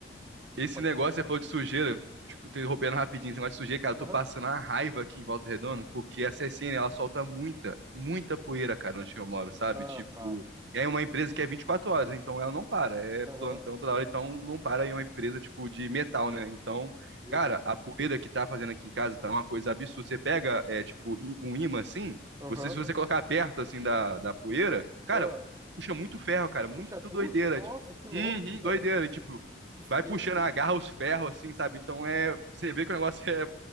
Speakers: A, on the right (about 70°); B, on the right (about 20°).
A: Esse
B: Pode,
A: negócio,
B: pode falar.
A: você falou de sujeira, te interrompendo rapidinho, esse negócio de sujeira, cara,
B: Aham.
A: eu tô passando a raiva aqui em Volta Redonda, porque a CSN, ela solta muita, muita poeira, cara, onde que eu moro, sabe?
B: Ah,
A: Tipo,
B: tá.
A: e aí é uma empresa que é 24 horas, então ela não para, é
B: Aham.
A: plantão toda hora, então não para em uma empresa, tipo, de metal, né? Então,
B: Uhum.
A: cara, a poeira que tá fazendo aqui em casa tá uma coisa absurda. Você pega, é, tipo, i- um imã assim,
B: Aham.
A: você, se você colocar perto, assim, da, da poeira, cara,
B: Ah.
A: puxa muito ferro, cara,
B: Puxa
A: muito
B: tudo?
A: doideira,
B: Nossa,
A: tipo,
B: que louco,
A: uhum,
B: <laughs> velho.
A: doideira, e, tipo,
B: Que feio
A: vai puxando, agarra
B: isso.
A: os ferros, assim, sabe? Então é. Você vê que o negócio <laughs> é